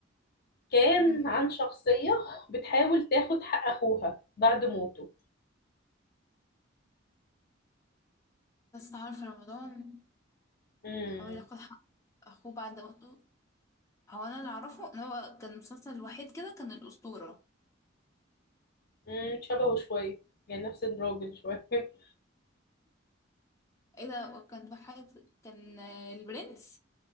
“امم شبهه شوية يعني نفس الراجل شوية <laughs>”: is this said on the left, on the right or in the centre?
Left